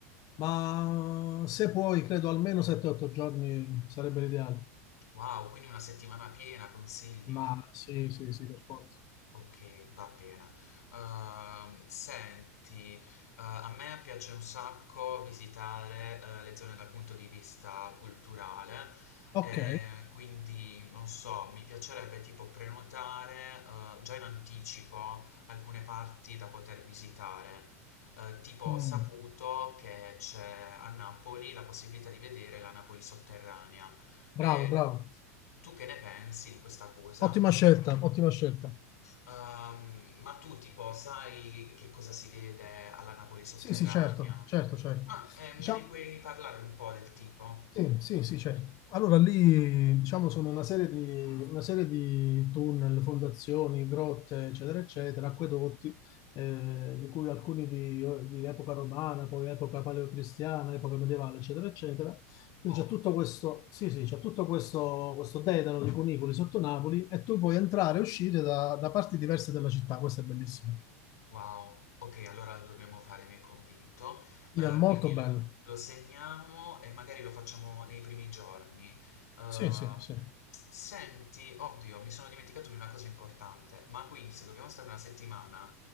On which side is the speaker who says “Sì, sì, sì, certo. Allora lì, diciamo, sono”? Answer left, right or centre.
Left